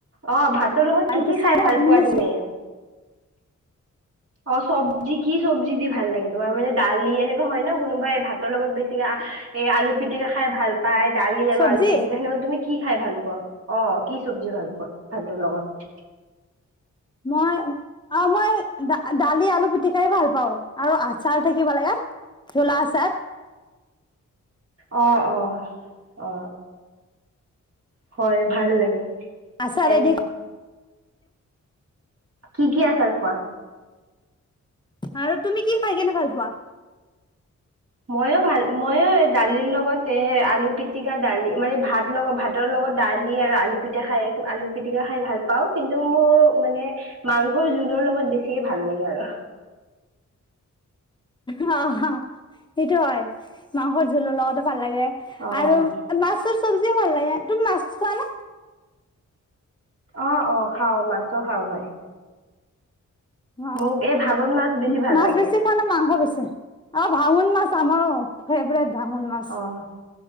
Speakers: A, on the right; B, on the left.
A: অ ভাতৰ লগত কি
B: এইটো
A: কি
B: চাই
A: খাই ভাল
B: মানে
A: পোৱা তুমি অ চব্জি কি চব্জি দি ভাল লাগে তোমাৰ মানে দালি এনেকুৱা হয় ন কোনোবাই ভাতৰ লগত বেছিকে আ এ আলু পিটিকা খাই ভাল পাই দালি আৰু
B: চব্জি
A: আলু পিটিকা সেনকা তুমি কি খাই ভাল পোৱা অ কি চব্জি ভাল পোৱা ভাতৰ লগত
B: মই অ মই দা দালি আলু পিটিকাই ভাল পাওঁ আৰু আচাৰ থাকিব লাগে জুলা আছাৰ
A: অ অ অ হয় ভাল লাগে
B: আচাৰেদি
A: এ কি কি আচাৰ খোৱা।
B: আৰু তুমি কি খাই কিনে ভাল পোৱা।
A: ময়ো ভাল ময়ো দালিৰ লগতে এ আলু পিটিকা দালি মানে ভাত লগত ভাত ভাতৰ লগত দালি আৰু আলু পিটা খাই আলু পিটিকা খাই ভাল পাওঁ কিন্তু মোৰ মানে মাংসৰ জোলৰ লগত বেছিকে ভাল লাগে আৰু।
B: হা হা' সেইটো হয়, মাংসৰ জোলৰ লগত ভাল লাগে
A: অ',
B: আৰু মাছৰ চব্জিও ভাল লাগে তুমি মাছ খোৱা নে।
A: অ', অ', খাওঁ মাছো খাওঁ মই।
B: অ'
A: মোক এই ভাগত মাছ বেছি
B: মা
A: ভাল
B: মাছ
A: লাগে
B: বেছি খোৱা নে মাংস বেছি। অ ভাঙুন মাছ আমাৰো ফেবৰেট ভাঙোন মাছ
A: অ',